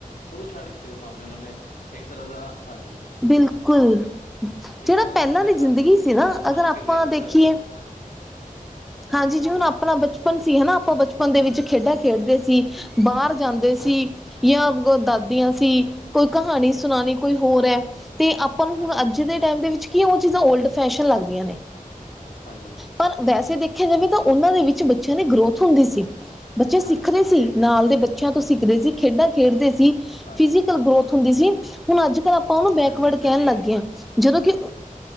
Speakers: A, on the left; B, in the centre.
A: ਓਨੂੰ ਛੱਡ ਇੱਥੇ ਓ ਸਾਮਨੇ ਉਨਾਂ ਨੇ, ਇੱਕ ਤਰਾੱ ਦਾ, ਹਾਂਜੀ
B: ਬਿਲਕੁਲ ਜਿਹੜਾ
A: ਇੱਕ ਤਰਾਂ ਦਾ
B: ਪਹਿਲਾਂ
A: ਓਨਾਂ ਨੇ
B: ਦੀ
A: ਹਾਂਜੀ,
B: ਜ਼ਿੰਦਗੀ
A: ਓ
B: ਸੀ
A: ਕੁੱਛ
B: ਨਾ
A: ਬਨਾ
B: ਅਗਰ
A: ਕੇ
B: ਆਪਾਂ
A: ਦੇਨਾ
B: ਦੇਖੀਏ
A: ਸਰਕਲ ਜੇ ਹਾਂਜੀ-ਹਾਂਜੀ।
B: ਹਾਂਜੀ
A: ਹਾਂਜੀ-ਹਾਂਜੀ,
B: ਜੀ ਹੁਨ ਅਪਨਾ ਬਚਪ ਬਚਪਨ ਸੀ ਹਨਾ, ਅਪਾਂ ਬਚਪਨ ਦੇ ਵਿੱਚ ਖੇਡਾਂ ਖੇਡਦੇ ਸੀ, ਬਾਰ ਜਾਂਦੇ ਸੀ ਯਾ ਗੋ ਦਾਦੀਆਂ ਸੀ, ਕੋਈ ਕਹਾਨੀ ਸੂਨਾਨੀ, ਕੋਈ ਹੋਰ ਐ, ਤੇ ਆਪ ਆਪਾਂ ਨੂੰ ਹੁਨ
A: ਹਾਂਜੀ,
B: ਅੱਜ ਦੇ ਟਾਈਮ ਦੇ ਵਿੱਚ ਕੀ ਓ ਚੀਜਾਂ ਓਲਡ ਫੈਸ਼ਨ ਲੱਗਦੀਆਂ ਨੇ।
A: ਹਾਂਜੀ।
B: ਪਰ ਵੈਸੇ ਦੇਖੇਆਂ ਜਾਵੇ ਤਾਂ ਓਨਾਂ ਦੇ ਵਿੱਚ ਬੱਚੇਆਂ ਦੀ ਗਰੋਥ ਹੁੰਦੀ ਸੀ। ਬੱਚੇ ਸਿੱਖਦੇ
A: ਹਾਂਜੀ-ਹਾਂਜੀ
B: ਸੀ,
A: ਇਹ ਤੇ
B: ਨਾਲ
A: ਹੈ
B: ਦੇ ਬੱਚੇਆਂ ਤੋਂ ਸਿੱਖਦੇ ਸੀ, ਖੇਡਾਂ ਖੇਡਦੇ ਸੀ,
A: ਹਾਂਜੀ,
B: ਫਿਜ਼ੀਕਲ ਗਰੋਥ ਹੁੰਦੀ ਸੀ, ਹੁਨ ਆੱਜ-ਕਾੱਲ ਆਪਾਂ ਓਨੂੰ ਬੈਕਵਰਡ
A: ਹਾਂਜੀ
B: ਕੈਨ
A: ਕਦੀ
B: ਲਾੱਗ ਗੇ ਆਂ, ਜਦੋਂ ਕਿ